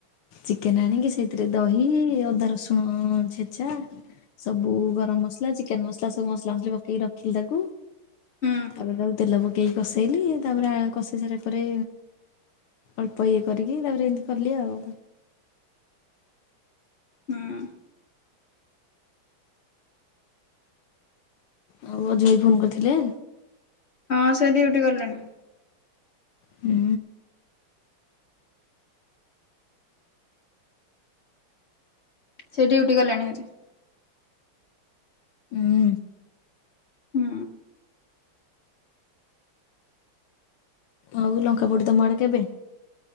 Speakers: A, on the left; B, on the left.
A: ଚିକେନ ଆଣିକି ସେଇଥିରେ ଦହି ଅଦା ରସୁଣ ଛେଚା ସବୁ ଗରମ ମସଲା ଚିକେନ ମସଲା ସବୁ ମସଲା ମସଲି ପକେଇକି ରଖିଲି ତାକୁ
B: ହୁଁ
A: ତାପରେ ତାକୁ ତେଲ ପକେଇକି କଷେଇଲି ତାପରେ କଷେଇ ସାରିଲା ପରେ ଅଳ୍ପ ଇଏ କରିକି ତାପରେ ଏମିତି କଲି ଆଉ
B: ହୁଁ।
A: ଆଉ ଅଯୁ ଭାଇ ଫୋନ କରିଥିଲେ।
B: ହଁ ସେ ଡ୍ୟୁଟି ଗଲେଣି।
A: ହୁଁ।
B: ସେ ଡ୍ୟୁଟିଗଲେଣିହେରି।
A: ହୁଁ।
B: ହୁଁ
A: ଆଉ ଲଙ୍କାପଡି ତମ ଆଡେ କେବେ?